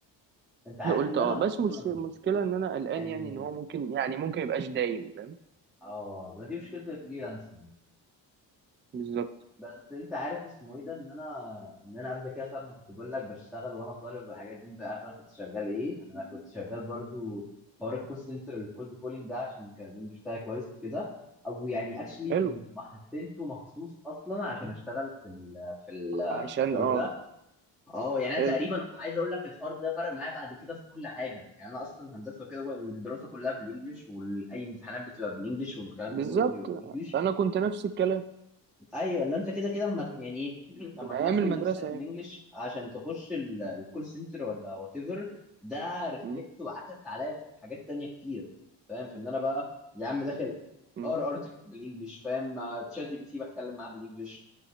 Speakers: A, in the centre; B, on the right.
A: انت عارف
B: قلت
A: ان
B: اه
A: انا
B: بس
A: اصلا
B: مش مشكله ان انا قلقان
A: يعني
B: يعني ان هو ممكن يعني ممكن يبقاش دايم فاهم
A: اه ما دي مشكلة الفريلانسنج
B: بالظبط
A: بس انت عارف اسمه ايه ده ان انا ان انا قبل كده ساعة ما كنت بقول لك بشتغل وانا طالب والحاجات دي انت عارف انا كنت شغال ايه انا كنت شغال برضو حوار الكول سنتر الكولد كولينج ده عشان كان الانجلش بتاعي كويس وكده او يعني اكشلي
B: حلو
A: كنت محسنته مخصوص اصلا عشان اشتغل في ال في ال
B: عشان
A: في الحوار
B: اه
A: ده اه يعني
B: حلو
A: انا تقريبا عايز اقول لك الحوار ده فرق معايا بعد كده في كل حاجه يعني انا اصلا هندسه وكده الدراسه كلها بالانجلش واي امتحانات بتبقى بالانجلش والكلام
B: بالظبط
A: ده كله بيبقى بالانجلش
B: انا كنت نفس الكلام
A: ايوه اللي انت كده كده اما
B: م.
A: يعني <clears throat> ايه اما
B: من
A: تحسن
B: ايام المدرسه
A: نفسك في
B: يعني
A: الانجليش عشان تخش ال- الكول سنتر ولا وات ايفر ده ريفلكت
B: م.
A: وعكس عليا في حاجات تانية كتير فاهم في ان انا بقى يا عم داخل
B: م.
A: اقرا ارتكل بالانجلش فاهم مع تشات جي بي تي بتكلم معاه بالانجلش